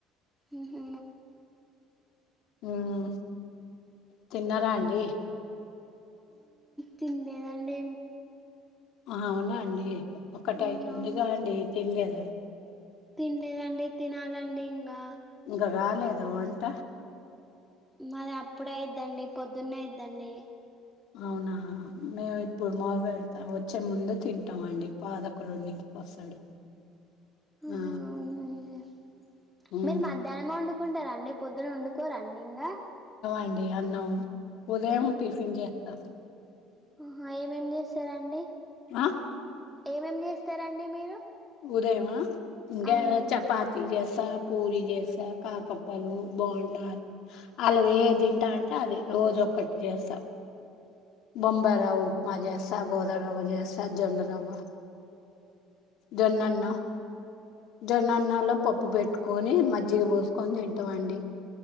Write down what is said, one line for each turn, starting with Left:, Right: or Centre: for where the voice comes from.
Centre: ఉహు
Left: మ్మ్ తిన్నారా అండి
Centre: తిన్లేదండి
Left: అహ అవునా అండి ఒకటయితుందిగా
Centre: ఉమ్ అవును
Left: అండి తిన లేదా
Centre: తినలేదండి తినాలండి ఇంగా
Left: ఇంకా గాలేదా వంట
Centre: మాది అప్పుడే ఐద్దండి పొద్దున్నే ఐద్దండి
Left: అవునా మేము ఇప్పుడు మార్వే వెళ్తాం <unintelligible> కొంచెం ముందు తింటామండి పావుదొక్క రెండింటికి వస్తడు
Centre: ఆహా
Left: ఆ
Centre: అవునండి
Left: మ్మ్
Centre: మీరు మధ్యానమే వండుకుంటరండి పొద్దున వండుకో రండి ఇంగ
Left: అండి అన్నం ఉదయం టిఫిన్ జేస్తా
Centre: ఆహా ఏమేం చేస్తరండి
Left: ఆ
Centre: ఏమేం చేస్తారండి మీరు
Left: ఉదయమా గా
Centre: అవునండి
Left: చపాతి జెస్ దోష పూరి చేస్తా కాపప్పలు బోండా వాళ్లు ఏ తింటా అంటే అది రోజు ఒకటి చేస్తా బంబారవు ఉపమా జెసా గోదమరావాజెసా జొన్న రావా జన్నన్నా జొడాన్నల్లో పప్పు పెట్టుకొని మజ్జిగ పోసుకొని తింటామండి